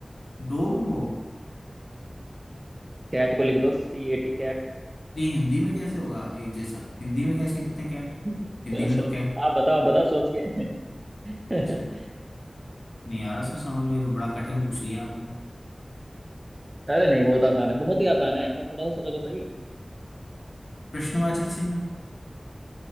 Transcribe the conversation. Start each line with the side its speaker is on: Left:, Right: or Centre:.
Left: डोम को
Right: कैट को लिख दो सी ए टी कैट
Left: ये हिंदी में कैसे होगा एक जैसा हिंदी में कैसे लिखते हैं कैट
Right: <laughs>
Left: हिंदी
Right: चलो
Left: में
Right: चलो
Left: तो कैट
Right: आप बताओ आप बताओ सोच के <laughs>
Left: सही नहीं आ रहा सर समझ में ये तो बड़ा कठिन पूछ लिया आपने
Right: अरे नहीं बहुत आसान है बहुत ही आसान है आप थोड़ा सा सोचो तो सही
Left: प्रश्नवाचक चिन्ह